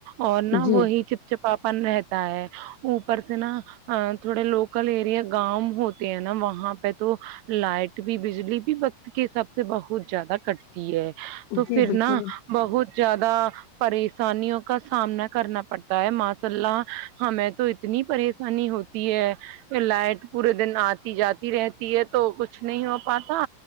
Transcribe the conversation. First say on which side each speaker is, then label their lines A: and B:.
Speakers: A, on the right; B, on the left.
A: اور نہ
B: جی
A: وہی چپا پن رہتا ہے اوپر سے نا آ تھوڑے لوگ لوکل ایریا گاؤں ہوتے ہیں نا وہاں تو لائٹ بھی بجلی بھی وقت کے حساب سے بہت زیادہ کٹتی ہے تو
B: جی
A: پھر
B: بالکل
A: نا بہت زیادہ پریشانیوں کا سامنا کرنا پڑتا ہے ماشاء اللہ ہمیں تو اتنی پریشانی ہوتی تی ہے لائٹ پورے دن اتی جاتی رہتی ہے تو کچھ نہیں ہو پاتا